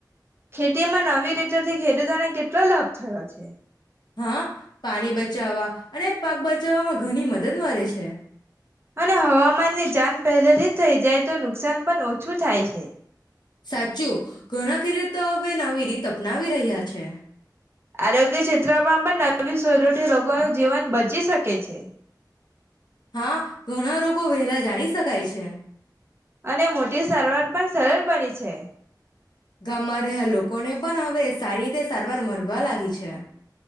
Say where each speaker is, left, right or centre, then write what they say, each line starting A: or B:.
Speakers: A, on the right (about 35°); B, on the left (about 70°).
A: ખેતી માં નવી રીતો થી. ખેડૂતોને કેટલો લાભ થયો છે.
B: હા પાણી બચાવવા અને પાક બચાવવામાં ઘણી મદદ મળે છે
A: અને હવામાનની જાન પહેલેથી. થઈ જાય તો નુકસાન પણ ઓછું થાય છે.
B: સાચું ઘણા ખેરુતો તો હવે નવી. ડી અપનાવી રહ્યા છે.
A: આરોગ્ય ક્ષેત્રમાં પણ નવી સુરૂઠી રોગો ન જીવન બચી શકે છે.
B: હા ઘણા રોગો વહેલા જાણીશ. શકાય છે.
A: અને મોટી સારવાર પણ સરળ બની છે.
B: ગામમાં રહ લોકો. કોને પણ હવે સારી રીતે સારવાર મળરવા લાગી છે.